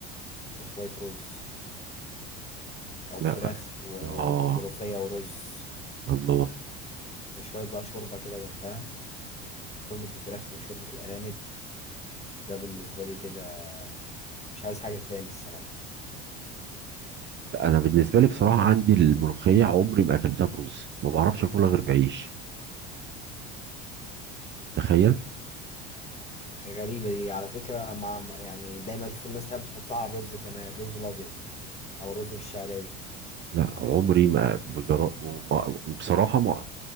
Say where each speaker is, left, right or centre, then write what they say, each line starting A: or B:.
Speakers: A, on the left (about 20°); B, on the right (about 35°).
A: وشوية رز أو
B: لا
A: فراخ و-
B: اه
A: وملوخية ورز
B: الله
A: وشوية بقى شوربة كده جنبها شوربة الفراخ أو شوربة الأرانب ده بالنسبة لي كده مش عايز حاجة تاني الصراحة
B: لا، أنا بالنسبة لي بصراحة عندي الملوخية عمري ما أكلتها برز ما بعرفش أكلها غير بعيش تخيل
A: غريبة دي على فكرة مع مع- يعني دايما أشوف الناس تحب تحطها على الرز كمان الرز الأبيض أو الرز بالشعرية
B: لا عمري ما بجرب وما- وبصراحة ما